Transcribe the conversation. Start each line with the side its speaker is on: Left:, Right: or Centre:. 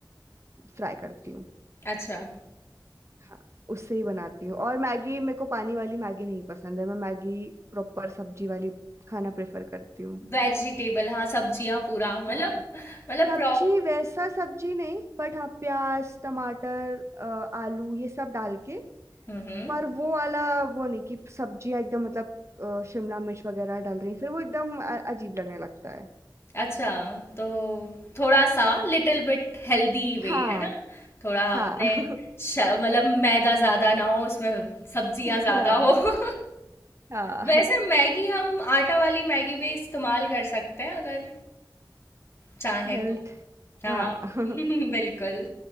Right: फ्राई करती हूँ
Left: अच्छा
Right: हाँ उससे ही बनाती हूँ और मैगी मेरे को पानी वाली मैगी नहीं पसंद है मैं मैगी प्रॉपर सब्जी वाली खाना प्रेफर करती हूँ
Left: वेजिटेबल हाँ सब्जियां पूरा मतलब
Right: हाँ
Left: मतलब
Right: सब्जी
Left: प्रॉप
Right: वैसा सब्जी नहीं बट हाँ प्याज टमाटर अ, आलू ये सब डाल के
Left: हम्म हम्म,
Right: पर वो वाला वो नहीं कि सब्जियां एकदम मतलब अ, शिमला मिर्च वगैरह डाल रही हैं। फिर वो एकदम अ- अजीब लगने लगता है
Left: अच्छा तो थोड़ा सा लिटिल बिट हेल्दी वे
Right: हाँ
Left: है ना थोड़ा
Right: हाँ
Left: अपने
Right: <laughs>
Left: श- मतलब मैदा ज्यादा ना हो उसमें सब्जियां ज्यादा
Right: हाँ
Left: हो <laughs>
Right: हाँ
Left: वैसे मैगी हम आटा वाली मैगी भी इस्तेमाल कर सकते हैं अगर चाहे
Right: हेल्थ
Left: तो हाँ
Right: हाँ <laughs>
Left: <laughs> बिल्कुल